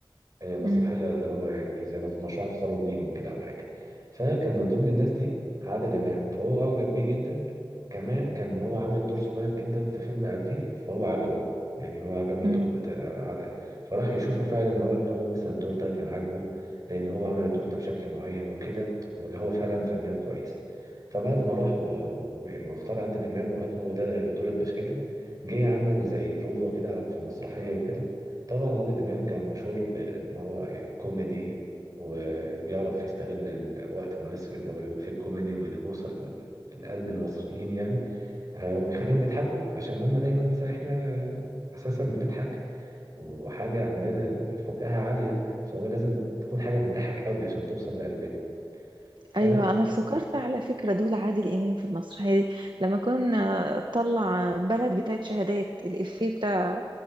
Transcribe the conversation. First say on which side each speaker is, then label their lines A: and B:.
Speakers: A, on the right; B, on the right.
A: آه، مسرحية
B: امم
A: اللي هو يعني زي ما مشروع تخرج ليهم كده أو حاجة فكان من ضمن الناس دي عادل إمام فهو أعجب بيه جدا كمان كان هو عامل دور صغير جدا في فيلم قبليه فهو عجبه يعني هو عجبه الدور
B: امم
A: بتاع عادل فراح يشوفه فعلا هو اللي هو مثلا الدور ده كان عاجبه لأن هو عمل الدور ده بشكل معين وكده واللي هو فعلا فنان كويس فبعد ما راح و- و- يعني واختار عادل إمام وقال هو ده هيبقى دور البشكاتب جه عمل زي بروفا كده في المسرحية وكده طبعا عادل إمام كان مشهور بإن هو يعني كوميدي وبيعرف يستغل الوقت المناسب اللي هو يقول فيه الكوميدي ويوصل لقلب المصريين يعني آه، ويخليهم يضحكوا عشان هم دايما مثلا احنا أساسا بنضحك وحاجة عندنا فكاهة عالية فهو لازم تكون حاجة بتضحك قوي عشان توصل لقلبنا ف
B: أيوة أنا افتكرت على فكرة دول عادل إمام في المسرحية دي لما كنا طلع بلد بتاعت شهادات الإفيه بتاع